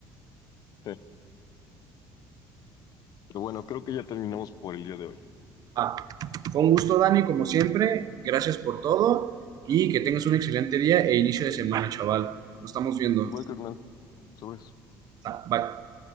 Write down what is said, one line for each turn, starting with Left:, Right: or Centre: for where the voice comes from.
Left: Sí. Pero bueno, creo que ya terminamos por el día de hoy.
Right: Ah, fue un gusto, Dani, como siempre, gracias por todo y que tengas un excelente día e inicio de semana, chaval. Nos estamos viendo.
Left: Igual, carnal. Sobres.
Right: Ah, bye.